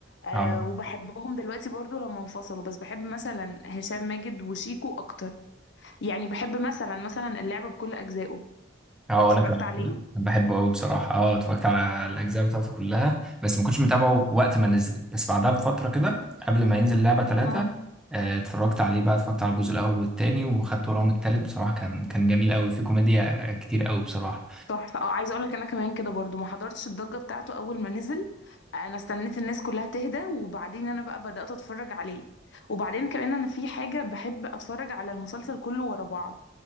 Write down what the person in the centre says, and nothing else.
اه
اه
انا كمان
كده. أنا بحبه قوي بصراحه اه اتفرجت على الاجزاء بتاعته كلها بس ما كنتش متابعه وقت ما نزل بس بعدها بفتره كده قبل ما ينزل لعبه ثلاثة
اتفرجت عليه بقى اتفرجت على الجزء الاول والتاني وخدت وراهم التالت بصراحه كان كان جميل قوي فيه كوميديا كتير قوي بصراحه